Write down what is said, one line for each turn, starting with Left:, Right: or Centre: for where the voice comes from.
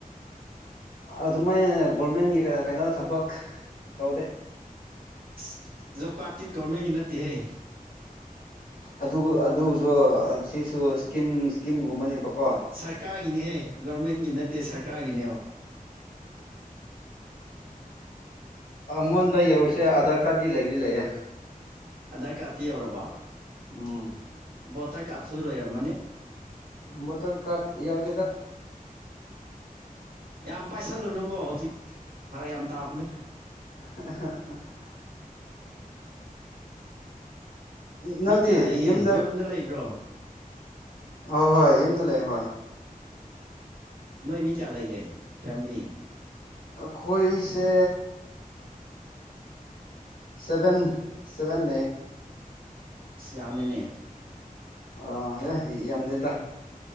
Left: ꯑꯗꯨꯃꯥꯏꯅ ꯒꯣꯔꯃꯦꯟꯒꯤ ꯀ ꯀꯩꯅꯣ ꯊꯕꯛ ꯇꯧꯗꯦ
Right: ꯑꯁ ꯖꯣꯕ ꯀꯥꯔꯗꯇꯤ ꯒꯣꯔꯃꯦꯟꯒꯤ ꯅꯠꯇꯦꯍꯦ
Left: ꯑꯗꯨ ꯑꯗꯨꯁꯨ ꯁꯤꯁꯨ ꯁꯀꯤꯝ ꯁ꯭ꯀꯤꯝꯒꯨꯝꯕꯅꯦꯕꯀꯣ
Right: ꯁꯔꯀꯥꯔꯒꯤꯅꯤꯍꯦ ꯒꯣꯔꯃꯦꯟꯒꯤ ꯅꯠꯇꯦ ꯁꯔꯀꯥꯔꯒꯤꯅꯦꯕ
Left: ꯑꯩꯉꯣꯟꯗ ꯌꯧꯔꯤꯁꯦ ꯑꯙꯥꯔ ꯀꯥꯔꯗꯤ ꯂꯩꯑꯦ ꯂꯩꯑꯦ
Right: ꯑꯗꯥꯔ ꯀꯥꯔꯗꯠꯇꯤ ꯌꯧꯔꯕ
Left: ꯎꯝ
Right: ꯕꯣꯇꯔ ꯀꯥꯔꯠꯇꯨꯁꯨ ꯂꯩꯔꯝꯃꯅꯤ
Left: ꯕꯦꯇꯔ ꯀꯠ ꯌꯥꯎꯗꯦꯗ
Right: ꯌꯥꯝ ꯄꯥꯏꯁꯜꯂꯨꯅꯨꯀꯣ ꯍꯧꯖꯤꯛ ꯐꯔꯛ ꯌꯥꯝ ꯇꯥꯕꯅꯦ
Left: <unintelligible> ꯅꯪꯗꯤ
Right: ꯃꯤ ꯀꯌꯥ ꯂꯩꯒꯦ
Left: ꯌꯨꯝꯗ
Right: ꯂꯩꯕ꯭ꯔꯣ
Left: ꯑ ꯍꯣꯏ ꯌꯨꯝꯗ ꯂꯩ ꯍꯣꯏ
Right: ꯅꯣꯏ ꯃꯤ ꯀꯌꯥ ꯂꯩꯒꯦ ꯐꯦꯃꯤꯂꯤ
Left: ꯑꯩꯈꯣꯏꯁꯦ ꯁꯕꯦꯟ ꯁꯕꯦꯟ ꯂꯩꯌꯦ
Right: ꯑꯁ ꯌꯥꯝꯃꯤꯅꯦ
Left: ꯑ ꯌꯥꯝꯗꯦꯗ